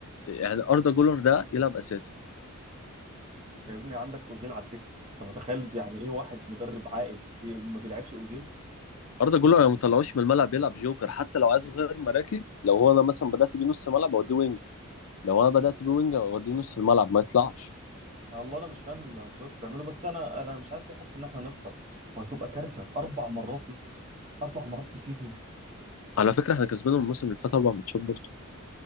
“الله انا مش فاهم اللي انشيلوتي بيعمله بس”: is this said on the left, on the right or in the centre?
Right